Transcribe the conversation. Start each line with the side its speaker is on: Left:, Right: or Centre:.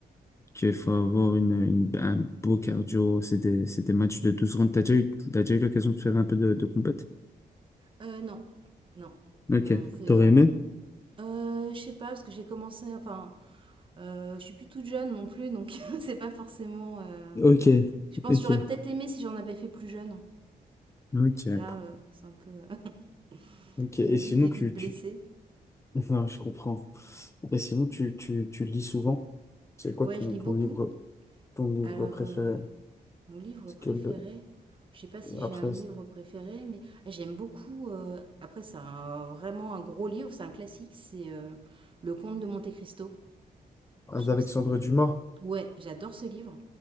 Left: qu'il faut avoir une, une- un beau cardio. C'est des, c'est des matchs de 12 rounds. T'as déjà eu, t'as déjà eu l'occasion de faire un peu de, de combat
Right: Euh, non, non.
Left: Ok.
Right: On fait.
Left: T'aurais
Right: On...
Left: aimé?
Right: Euh, je sais pas, parce que j'ai commencé. Enfin, euh, je suis plus toute jeune non plus, donc <laughs> c'est pas forcément. euh,
Left: Ok,
Right: Je pense
Left: ok,
Right: que j'aurais peut-être aimé si j'en avais fait plus jeune.
Left: Ok.
Right: Là, euh, c'est un peu. <laughs>
Left: ok. Et
Right: je me
Left: sinon,
Right: dis, t'es vite
Left: tu,
Right: blessée.
Left: tu... <laughs> Non, je comprends. Et sinon, tu, tu, tu lis souvent. C'est quoi
Right: Ouais,
Left: ton,
Right: je lis
Left: ton
Right: beaucoup.
Left: livre, ton livre
Right: Alors,
Left: préféré?
Right: euh, mon livre
Left: Parce
Right: préféré,
Left: que le-
Right: je sais pas si j'ai
Left: Après,
Right: un livre
Left: c'est-
Right: préféré, mais j'aime beaucoup. euh, après, c'est un- vraiment un gros livre, c'est un classique, c'est euh, Le Comte de Monte Cristo.
Left: Alexandre
Right: Je trouve que c'est. euh,
Left: Dumas.
Right: Ouais, j'adore ce livre.